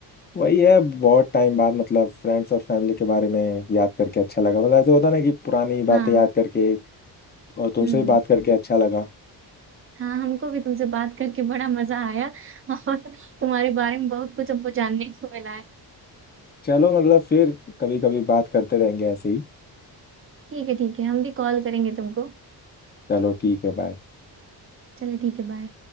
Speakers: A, on the left; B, on the right.
A: वही है बहुत टाइम बाद मतलब फ्रेंड्स और फैमिली के बारे में याद करके अच्छा लगा मतलब ऐसे होता है ना कि पुरानी
B: हाँ
A: बातें याद करके और तुमसे
B: हम्म
A: भी बात करके अच्छा लगा
B: हाँ हमको भी तुमसे बात करके बड़ा मजा आया <laughs> और तुम्हारे बारे में बहुत कुछ हमको जानने को मिला है
A: चलो मतलब फिर कभी कभी बात करते रहेंगे ऐसे ही
B: ठीक है ठीक है हम भी कॉल करेंगे तुमको
A: चलो ठीक है बाय
B: चलो ठीक है बाय